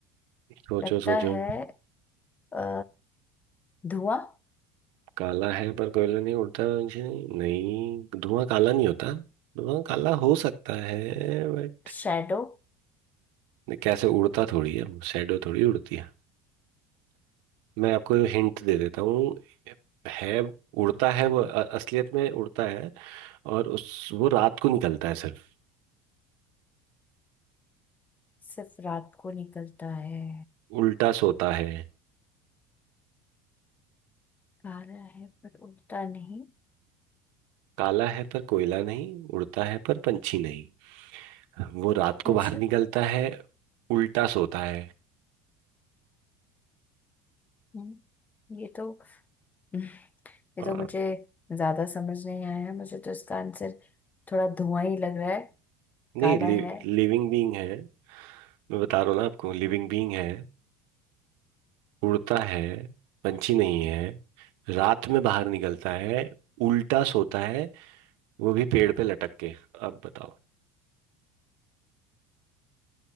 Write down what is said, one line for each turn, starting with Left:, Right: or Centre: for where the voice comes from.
Right: सोचो
Left: लगता
Right: सोचो
Left: है अ, धुआं
Right: काला है पर कोयला नहीं उड़ता है पर पंछी नहीं नहीं धुआं काला नहीं होता धुआं काला हो सकता है बट
Left: शैडो
Right: कैसे उड़ता थोड़ी है शैडो थोड़ी उड़ती है मैं आपको हिंट दे देता हूँ है उड़ता है वो अ- असलियत में उड़ता है और उस वो रात को निकलता है सिर्फ
Left: सिर्फ रात को निकलता है
Right: उल्टा सोता है
Left: काला है पर उड़ता नहीं
Right: काला है पर कोयला नहीं उड़ता है पर पंछी नहीं वो रात को
Left: मुझे
Right: बाहर निकलता है उल्टा सोता है
Left: हम्म, ये तो ये
Right: अ,
Left: तो मुझे ज्यादा समझ नहीं आया है मुझे तो इसका आंसर थोड़ा धुआं ही लग रहा है
Right: नहीं
Left: काला है
Right: लिविंग बीइंग है मैं बता रहा हूँ ना आपको लिविंग बीइंग है उड़ता है पंछी नहीं है रात में बाहर निकलता है उल्टा सोता है वो भी पेड़ पे लटक के अब बताओ